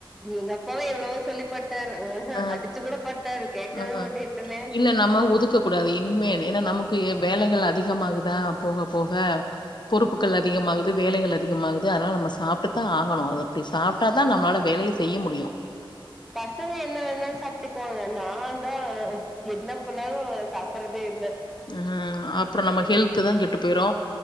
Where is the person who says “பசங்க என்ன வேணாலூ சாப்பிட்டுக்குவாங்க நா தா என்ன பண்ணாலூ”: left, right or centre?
Centre